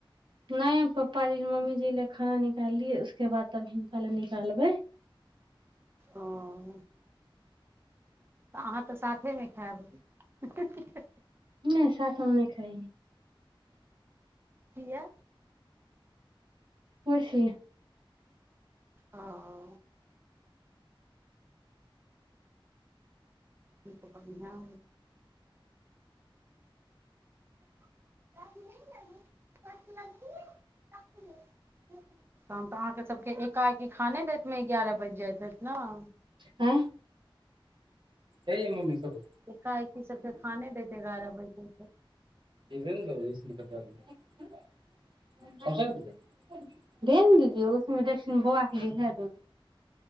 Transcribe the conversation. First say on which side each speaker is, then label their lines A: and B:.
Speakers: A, on the right; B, on the right.
A: एय पप्पा जी मम्मी जी लए खाना निकाल लियै उसके बाद तब हिनका लए निकालबै।
B: ओ तऽ अहाँ तऽ साथेमे खायब। ही-ही-ही -हे।
A: नहि साथो मे नहि खाय।
B: कीये।
A: खुशी।
B: ऑ ठीक पप्पा जी गांव <unintelligible> राति में नींद लेबहि, परसु लेबहि, तरसु लेब। तहन तऽ अहाँके सभके एकाएकी खाने दैतमे एगारह बाजि जायइत हैत न।
A: हँ कय यै मम्मी सब
B: एकाएकी सबके खाने दैत एगारह बजे के
A: इ भेल न रिकसलि कटा दियौ। पाउडर दुध अय, घै न दियौ दुध, उसमे डेकक्षिण बौआ के इहै दूध ‌